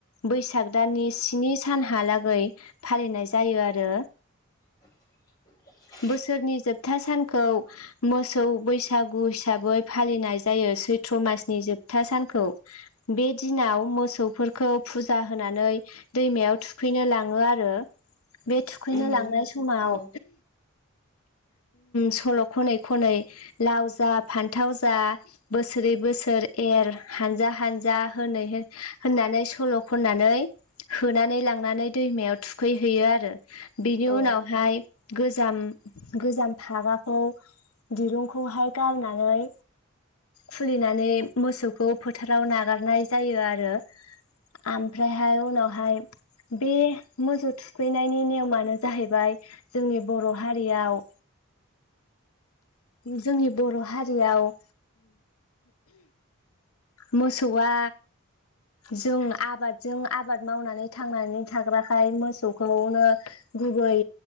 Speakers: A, on the left; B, on the left.
A: बैसाग दाननि स्नि सानहालागै फालिनाय जायो आरो
B: <inaudible>
A: बोसोरनि जोबथा सानखौ मोसौ बैसागु हिसाबै फालिनाय जायो सै त्र मासनि जोबथा सानखौ बे दिनाव मोसौफोरखौ फुजा होनानै दैमायाव थुखैनो लाङो आरो बे थुखैनो
B: उम
A: लांनाय समाव
B: औ
A: सल खनै खनै लाव जा फान्थाव जा बोसोरै बोसोर एर हानजा हानजा होनै होननानै सल खननानै होनानै लांनानै दैमायाव थुखैहैयो आरो बेनि
B: औ
A: उनावहाय गोजाम गोजाम फागाखौ दिरुंखौहाय गारनानै खुलिनानै मोसौखौ फोथाराव नागारनाय जायो आरो आमफ्रायहाय उनावहाय बे मोसौ थुखैनायनि नेयमानो जाहैबाय जोंनि बर हारियाव जोंनि बर हारियाव मोसौआ जों आबादजों आबाद मावनानै थांनानै थाग्राखाय मोसौखौनो गुबै